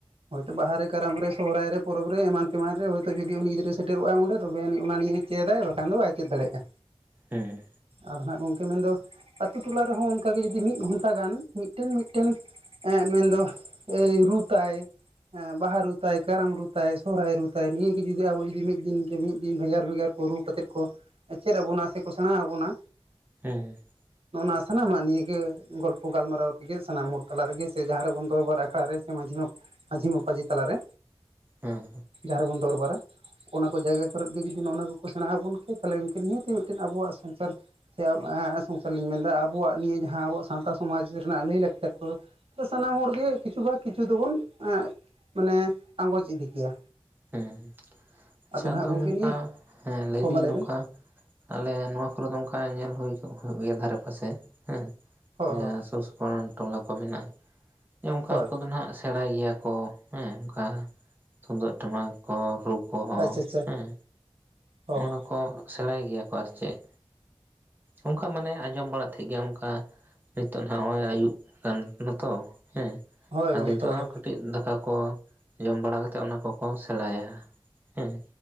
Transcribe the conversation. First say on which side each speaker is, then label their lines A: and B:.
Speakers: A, on the right (about 80°); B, on the right (about 20°).
A: ᱦᱳᱭᱛᱳ ᱵᱟᱦᱟ, ᱠᱟᱨᱟᱢ, ᱨᱮ ᱥᱚᱦᱚᱨᱟᱭ, ᱨᱮ ᱯᱚᱨᱚᱵᱽ ᱨᱮ ᱮᱢᱟᱱ ᱛᱮᱢᱟᱱ ᱨᱮ ᱦᱳᱭᱛᱳ ᱡᱩᱫᱤ ᱩᱱᱤ ᱜᱤᱫᱽᱨᱟᱹᱭ ᱥᱮᱴᱮᱨᱚᱜ-ᱟᱭ ᱚᱸᱰᱮ ᱛᱚᱵᱮ ᱟᱹᱱᱤᱡ ᱚᱱᱟ ᱱᱤᱭᱮ ᱪᱮᱫ ᱟᱭ ᱵᱟᱠᱷᱟᱱ ᱫᱚ ᱵᱟᱭ ᱪᱮᱫ ᱫᱟᱲᱮᱭᱟᱜᱼᱟ᱾
B: ᱦᱮᱸ᱾
A: ᱟᱫᱚ ᱦᱟᱜ ᱜᱚᱝᱠᱮ ᱢᱮᱱ ᱫᱚ ᱟᱛᱳ ᱴᱚᱞᱟ ᱨᱮᱦᱚᱸ ᱚᱱᱠᱟᱜ ᱜᱮ ᱡᱩᱫᱤ ᱢᱤᱫ ᱜᱷᱚᱱᱴᱟ ᱜᱟᱱ ᱢᱤᱫᱴᱮᱱ ᱢᱤᱫᱴᱮᱱ, ᱮᱸᱜ ᱢᱮᱱ ᱫᱚ ᱮᱭ ᱨᱩ ᱛᱟᱭ ᱦᱮᱸ ᱵᱟᱦᱟ ᱨᱩ ᱛᱟᱭ ᱠᱟᱨᱟᱢ ᱨᱩ ᱛᱟᱭ ᱥᱚᱦᱚᱨᱟᱭ ᱨᱩ ᱛᱟᱭ ᱱᱤᱭᱟᱹ ᱜᱮ ᱡᱩᱫᱤ ᱟᱵᱚ ᱡᱩᱫᱤ ᱢᱤᱫ ᱫᱤᱱ ᱠᱮ ᱢᱤᱫ ᱫᱤᱱ ᱵᱷᱮᱜᱟᱨ ᱵᱷᱮᱜᱟᱨ ᱨᱩ ᱠᱟᱛᱮᱫ ᱠᱚ ᱪᱮᱫ ᱟᱵᱚᱱᱟ ᱥᱮᱠᱚ ᱥᱮᱬᱟ ᱟᱵᱚᱱᱟ᱾
B: ᱦᱮᱸ ᱾
A: ᱱᱚᱜ ᱱᱟ ᱥᱟᱱᱟᱢᱟᱜ ᱱᱤᱭᱟᱹᱜᱮ ᱜᱚᱞᱯᱚ ᱜᱟᱞᱢᱟᱨᱟᱣ ᱛᱮᱜᱮ ᱥᱟᱱᱟᱢ ᱦᱚᱲ ᱛᱟᱞᱟ ᱨᱮᱜᱮ ᱥᱮ ᱡᱟᱦᱟᱸ ᱨᱮᱵᱚᱱ ᱫᱚᱨᱵᱟᱨ ᱟᱠᱷᱲᱟ ᱨᱮ, ᱢᱟᱺᱡᱷᱤ ᱦᱚᱸ ᱢᱟᱺᱡᱷᱤ ᱢᱟᱯᱟᱡᱷᱤ ᱛᱟᱞᱟᱨᱮ
B: ᱦᱮᱸ ᱦᱮᱸ
A: ᱡᱟᱦᱟᱸ ᱨᱮᱵᱚᱱ ᱫᱚᱨᱵᱟᱨᱟ ᱚᱱᱟ ᱠᱚ ᱡᱟᱭᱜᱟ ᱠᱚᱨᱮᱜ ᱜᱮ ᱡᱩᱫᱤ ᱱᱚᱜ ᱱᱟ ᱠᱚᱠᱚ ᱥᱮᱬᱟ ᱟᱵᱚᱱ ᱠᱮ ᱛᱟᱦᱚᱞᱮ ᱱᱤᱦᱟᱹᱛᱤ ᱢᱤᱫᱴᱮᱱ ᱟᱵᱚᱣᱟᱜ ᱥᱚᱝᱥᱟᱨ, ᱥᱮ ᱥᱚᱝᱥᱟᱨ ᱞᱤᱧ ᱢᱮᱱᱫᱟ ᱟᱵᱚᱣᱟᱜ ᱱᱤᱭᱟᱹ ᱡᱟᱦᱟᱸ ᱟᱵᱚᱣᱟᱜ ᱥᱟᱶᱟᱛᱟ ᱥᱚᱢᱟᱡᱽ ᱨᱮᱱᱟᱜ ᱞᱟᱹᱭ ᱞᱟᱠᱪᱟᱨ ᱠᱚ, ᱥᱟᱱᱟᱢ ᱦᱚᱲ ᱜᱮ ᱠᱤᱪᱷᱩ ᱵᱷᱟᱜᱽ, ᱠᱤᱪᱷᱩ ᱫᱚᱵᱚᱱ ᱟᱸ ᱢᱟᱱᱮ ᱟᱸᱜᱚᱪ ᱤᱫᱤ ᱠᱮᱭᱟ
B: ᱦᱮᱸ ᱟᱪᱪᱷᱟ
A: ᱱᱟᱦᱟᱜ
B: ᱟᱫᱚ
A: ᱜᱚᱢᱠᱮ
B: ᱱᱚᱝᱠᱟ
A: ᱱᱤᱭᱟᱹ
B: ᱦᱮᱸ ᱞᱟᱹᱭ
A: ᱦᱚᱸ
B: ᱫᱟᱹᱧ
A: ᱢᱟ
B: ᱱᱚᱝᱠᱟ
A: ᱵᱮᱱ
B: ᱟᱞᱮ ᱱᱚᱣᱟ ᱠᱚᱨᱮ ᱫᱚ ᱚᱱᱠᱟ ᱧᱮᱞ ᱦᱩᱭ ᱠᱚ ᱦᱩᱭᱩᱜ ᱜᱮᱭᱟ ᱫᱷᱟᱨᱮ ᱯᱟᱥᱮ ᱦᱮᱸ
A: ᱦᱚᱸ
B: ᱡᱟᱦᱟᱸ
A: ᱦᱚᱸ
B: ᱥᱩᱨ ᱥᱩᱯᱩᱨ ᱴᱚᱞᱟ ᱠᱚ ᱢᱮᱱᱟᱜ-ᱟ, ᱚᱱᱠᱟ
A: ᱦᱳᱭ
B: ᱩᱱᱠᱩ ᱫᱚ ᱱᱟᱜ ᱥᱮᱬᱟᱭ ᱜᱮᱭᱟ ᱠᱚ ᱦᱮᱸ ᱚᱱᱠᱟ ᱛᱩᱢᱫᱟᱹᱜ ᱴᱟᱢᱟᱠ ᱠᱚ ᱨᱩ ᱠᱚᱦᱚᱸ
A: ᱟᱪᱪᱷᱟ ᱟᱪᱪᱷᱟ
B: ᱦᱮᱸ
A: ᱦᱚᱸ
B: ᱚᱱᱟᱠᱚ ᱠᱚ ᱥᱮᱬᱟᱭ ᱜᱮᱭᱟ ᱠᱚ ᱟᱨ ᱪᱮᱫ ᱚᱱᱠᱟ ᱢᱟᱱᱮ ᱟᱸᱡᱚᱢ ᱵᱟᱲᱟᱜ ᱛᱟᱦᱮᱸᱫ ᱜᱮᱭᱟ ᱚᱱᱠᱟ ᱱᱤᱛᱚᱜ ᱱᱟᱜ ᱱᱚᱜ-ᱚᱭ ᱟᱹᱭᱩᱵ <unintelligible> ᱠᱟᱱᱟ ᱛᱚ ᱦᱮᱸ
A: ᱦᱳᱭ
B: ᱟᱫᱚ
A: ᱜᱚᱢᱠᱮ
B: ᱱᱤᱛᱚᱜ
A: ᱦᱳᱭ
B: ᱠᱟᱹ <unintelligible> ᱫᱟᱠᱟ ᱠᱚ ᱡᱚᱢ ᱵᱟᱲᱟ ᱠᱟᱛᱮ ᱚᱱᱟ ᱠᱚᱠᱚ ᱥᱮᱬᱟᱭᱟ ᱦᱮᱸ